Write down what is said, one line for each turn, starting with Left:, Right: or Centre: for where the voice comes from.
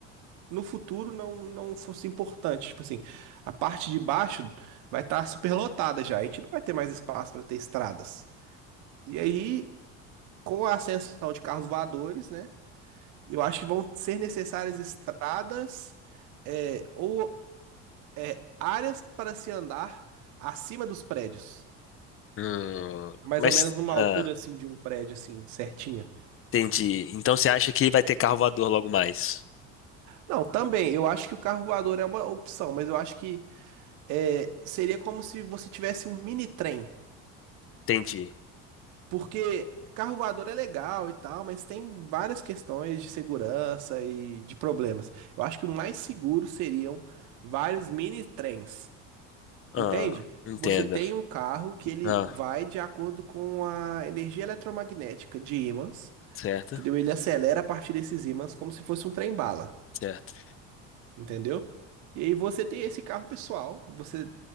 Right: no futuro não, não fosse importante. Tipo assim, a parte de baixo vai estar superlotada já. A gente não vai ter mais espaço para ter estradas. E aí, com a ascensão de carros voadores, né? Eu acho que vão ser necessárias estradas é, ou é, áreas para se andar acima dos prédios.
Left: Hum,
Right: Mais
Left: mas.
Right: ou menos numa altura
Left: Ah,
Right: assim de um prédio assim, certinho.
Left: entendi. Então você acha que vai ter carro voador logo mais?
Right: Não, também. Eu acho que o carro voador é uma opção, mas eu acho que é, seria como se você tivesse um mini trem.
Left: Entendi.
Right: Porque carro voador é legal e tal, mas tem várias questões de segurança e de problemas. Eu acho que o mais seguro seriam vários mini trens.
Left: Ah,
Right: Entende?
Left: entenda.
Right: Você tem um carro que ele
Left: Ah,
Right: vai de acordo com a energia eletromagnética de ímãs,
Left: certo,
Right: entendeu? Ele acelera a partir desses ímãs como se fosse um trem-bala.
Left: certo.
Right: entendeu? E aí você tem esse carro pessoal, você